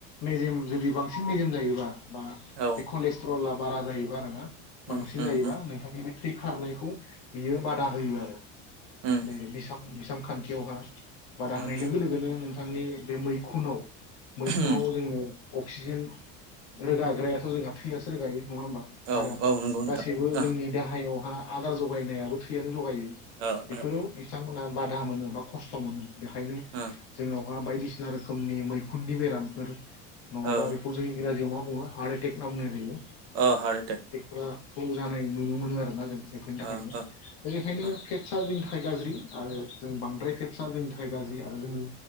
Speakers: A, on the left; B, on the right.
A: मेजेम जुदि बांसिन मेजेम जायोबा बा
B: औ
A: बे खलेस्ट्लआ बारा जाहैबा आरो ना बांसिन
B: उम उम
A: जायोबा
B: उम
A: नोंथांनि बे थै खारनायखौ बियो बादा होयो आरो
B: उम
A: बे बिसाम बिसामखान्थि थिआवहा बादा
B: उम
A: होनाय लोगो लोगोनो नोंथांनि बे मैखुनाव मैखुनाव
B: उम
A: जोंनो अक्सिजेन रोगाग्रायाथ' जोंहा थैयासो रोगाय नङा होमबा
B: औ
A: आरो
B: औ नंगौ नोंथां
A: गासैबो
B: ओ
A: जोंनि देहायाव आ आदार जगायनायाबो थैयानो जगायो
B: ओ
A: बेफोरो
B: ओ
A: बिथांमोना बादा मोनोबा खस्थ' मोनो बेखायनो
B: ओ
A: जोंनाव मा बायदिसिना रोखोमनि मैखुननि बेरामफोर नङाबा
B: ओ
A: बेखौ जों इंराजियाव मा हार्ट एटेक ना बुंनाय जायो
B: अ हार्ट एटेक
A: मा थौ जानाय नुनो मोनो आरोना जों बेफोरनि थाखायनो
B: ओ ओ
A: बे ओंखायनो
B: ओ
A: फेत्सा जोंनि थाखाय गाज्रि आरो जों बांद्राय फे आ जोंनि थाखाय गाज्रि आरो जोंनि